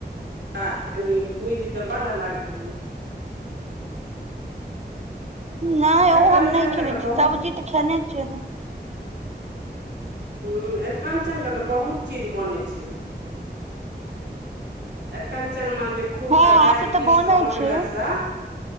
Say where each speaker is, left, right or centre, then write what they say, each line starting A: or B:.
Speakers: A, on the right; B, on the right.
A: <unintelligible> भुजतै ब लागतमे
B: नहि
A: अरिकंचन
B: ओ हम नहि खेने
A: के तऽ
B: छीयै
A: बहुत
B: सब्जी तऽ खेने छियैे
A: ह्म्म अरिकञ्चनके तऽ बहुत चीज बनै छै एरकंचन में जे खूब
B: हँ
A: के दालि
B: से तऽ
A: पीस
B: बनै
A: के मोटगर
B: छै हूँ
A: से